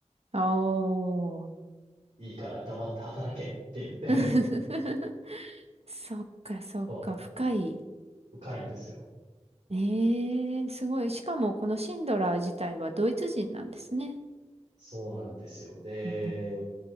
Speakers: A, on the right; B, on the right.
A: おー。
B: いいから黙って働けって言って、
A: <laughs> そっか、そっか、
B: <laughs> そう、
A: 深い。
B: 深いんですよ。
A: ええー、すごい。しかも、このシンドラー自体はドイツ人なんですね。
B: そうなんですよ。で、
A: うー